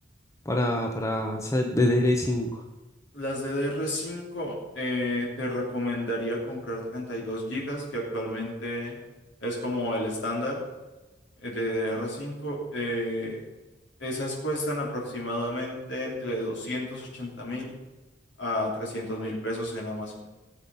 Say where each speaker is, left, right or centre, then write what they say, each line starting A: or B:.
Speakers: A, on the left; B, on the left.
A: para, para esa DDR5.
B: Las DDR5 eh, te recomendaría comprar 32 gigas que actualmente es como el estándar eh, de DDR5. Eh, esas cuestan aproximadamente entre 280 mil a 300 mil pesos en Amazon.